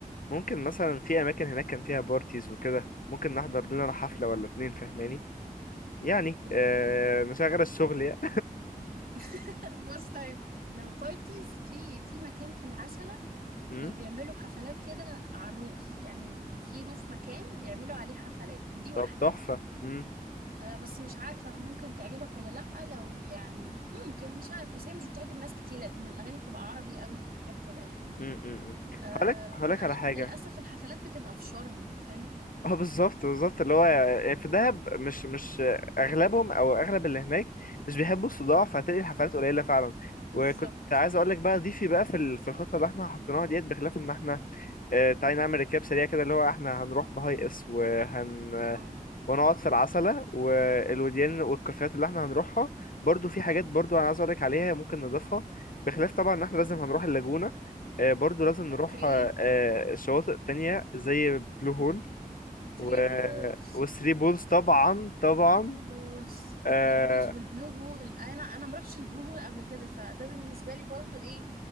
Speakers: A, on the left; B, on the right.
A: ممكن مثلا في اماكن هناك كان فيها بارتيز وكده ممكن نحضر لنا حفلة ولا اتنين فاهماني يعني
B: مم.
A: آه نشغل الشغل يعني
B: <laughs> بص طيب لو بارتيز في في مكان في العسلة
A: <laughs> مم.
B: آه، بيعملوا حفلات كده على الروف يعني في روف مكان بيعملوا عليه حفلات دي واحدة
A: طب تحفة مم.
B: آه، بس مش عارفة ممكن تعجبك ولا لأ لو يعني ممكن مش عارفة بس هي مش بتعجب ناس كتير لأن الأغاني بتبقى عربي قوي وحاجات كده يعني
A: مم. مم. مم.
B: أه
A: هقولك هقولك
B: وأغلب
A: على حاجة
B: للأسف الحفلات بتبقى في شرم فاهم
A: <laughs> اه بالظبط بالظبط اللي هو يعني في دهب مش مش اغلبهم او اغلب اللي هناك مش بيحبوا الصداع فهتلاقي الحفلات قليلة فعلا
B: بالظبط
A: وكنت عايز اقول لك بقى ضيفي بقى في ال- في الخطه اللي احنا حطيناها ديت بخلاف ان احنا آه، تعالي نعمل ركاب سريع كده اللي هو احنا هنروح بهاي اس وهن
B: اه
A: ونقعد في العسلة والوديان والكافيهات اللي احنا هنروحها برضو في حاجات برضو انا عايز اقولك عليها ممكن نضيفها بخلاف طبعا ان احنا لازم هنروح اللاجونة آه، برضو لازم نروح
B: اوكي
A: آه، آه، شواطئ تانية زي بلو هول و...
B: ثري بولز
A: وثري بولز طبعا طبعا
B: ثري بولز
A: آه،
B: ثري بولز والبلو هول انا انا ما رحتش البلو هول قبل كده فده بالنسبه لي برضو ايه